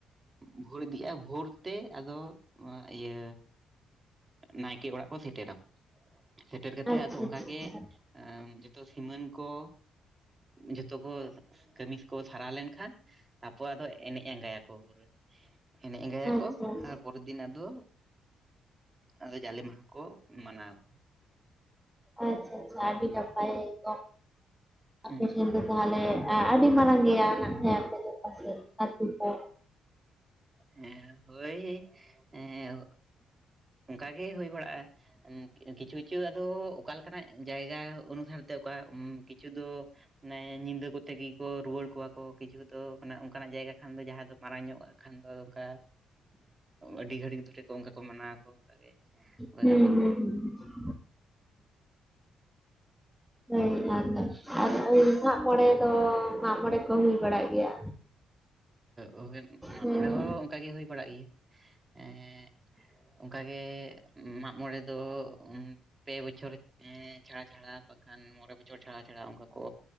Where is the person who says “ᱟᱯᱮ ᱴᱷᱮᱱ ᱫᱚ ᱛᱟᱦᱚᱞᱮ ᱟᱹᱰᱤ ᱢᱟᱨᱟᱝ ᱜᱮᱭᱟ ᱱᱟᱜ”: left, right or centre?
Centre